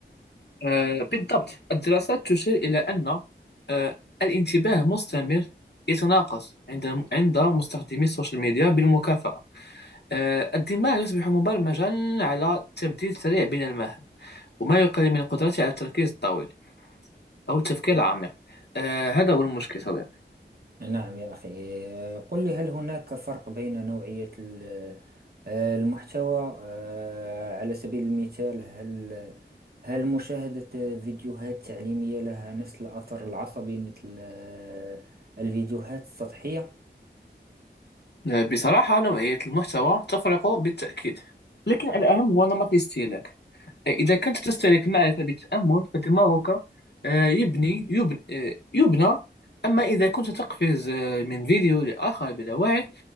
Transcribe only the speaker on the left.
آه، بالضبط الدراسات تشير إلى أن آه، الانتباه المستمر يتناقص عند عند مستخدمي السوشيال ميديا بالمكافأة آه، الدماغ يصبح مبرمجا على تبديل سريع بين المهام وما يقلل من قدرته على التركيز الطويل أو التفكير العميق آه هذا هو المشكل صديقي
آه بصراحة نوعية المحتوى تفرق بالتأكيد لكن الأهم هو نمط الاستهلاك آه إذا كنت تستهلك المعرفة بالتأمل فدماغك آه يبني يبنى, آه يبنى أما إذا كنت تقفز آه من فيديو لآخر بلا وعي